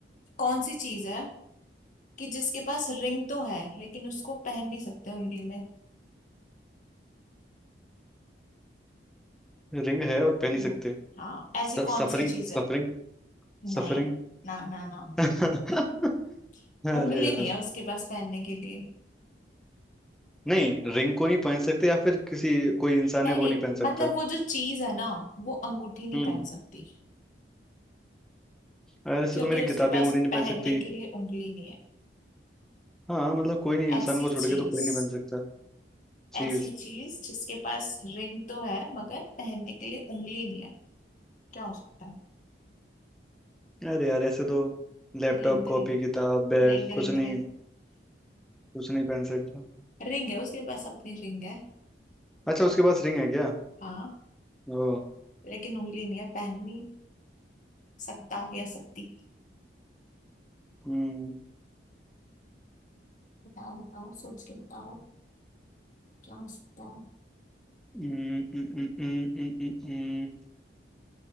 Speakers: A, on the left; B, in the centre.
A: कौन सी चीज है कि जिसके पास रिंग तो है लेकिन उसको पहन नहीं सकते उंगली में
B: रिंग है और पहन
A: हम्म
B: ही सकते
A: हाँ ऐसी
B: सफरिंग
A: कौन सी चीज है
B: सफरिंग
A: नहीं
B: सफरिंग
A: ना ना ना
B: <laughs>
A: <laughs>
B: अरे
A: उंगली
B: यार
A: नहीं है उसके पास पहनने के लिए
B: नहीं रिंग को नहीं पहन सकते या फिर किसी कोई इंसान
A: नहीं
B: है वो
A: नहीं
B: नहीं पहन
A: मतलब
B: सकता
A: वो जो चीज है ना वो अंगूठी नहीं
B: हम्म
A: पहन सकती
B: और ऐसे
A: क्योंकि
B: तो मेरी
A: उसके
B: किताबी
A: पास
B: अंगूठी नहीं
A: पहनने
B: पहन सकती
A: के लिए उंगली नहीं है
B: हाँ मतलब कोई नहीं इंसान
A: ऐसी
B: को
A: चीज
B: छोड़ के तो कोई नहीं पहन सकता चीज
A: ऐसी चीज जिसके पास रिंग तो है मगर पहनने के लिए उंगली नहीं है क्या हो सकता है
B: अरे यार ऐसे तो लैपटॉप
A: Ring
B: कॉपी
A: ring
B: किताब बैग
A: ring
B: कुछ
A: Ring
B: नहीं
A: ring
B: कुछ नहीं पहन सकता
A: ring <laughs> है उसके पास अपनी रिंग है
B: अच्छा उसके पास रिंग है क्या
A: हाँ
B: ओ
A: लेकिन उंगली नहीं है पहन नहीं सकता या सकती
B: हम्म
A: बताओ बताओ सोच के बताओ क्या हो सकता है
B: हम्म, हम्म, हम्म, हम्म, हम्म, हम्म, हम्म।